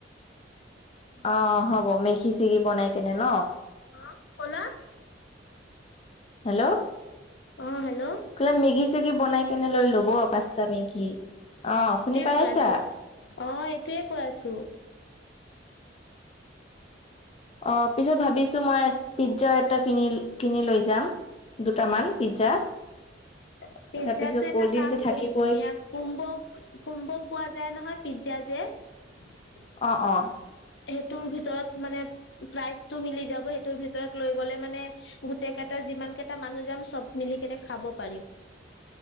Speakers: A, on the left; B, on the left.
A: অ হ'ব মেগি চেগি বনাই কেনে ন
B: অহ ক'লা
A: হেল্ল'
B: অ হেল্ল' অ
A: কলে মেগী চেগি বনাই কেনে লৈ ল'ব পাস্তা মেগী অহ
B: এইটোয়ে
A: শুনি পাইছা
B: কৈ আছো অ এইটোয়ে কৈ আছো
A: অ পিছত ভাবিছো মই পিজ্জা এটা কিনি কিনি লৈ যাম দুটামান পিজ্জা
B: <unintelligible> পিজ্জাতো
A: তাৰপিছত
B: এটা
A: কল্ড ড্ৰিংকটো
B: কাম
A: থাকিবই
B: কৰিম এয়া কুম্ব কুম্ব পোৱা যায় নহয় পিজ্জা যে উ <unintelligible>
A: অ অ
B: সেইটোৰ ভিতৰত মানে প্ৰাইজটো মিলি যাব সেইটোৰ ভিতৰত লৈ গলে মানে গোটে কেইটা, যিমান কেইটা, মানুহ যাম চব মিলি কেনে খাব পাৰিম।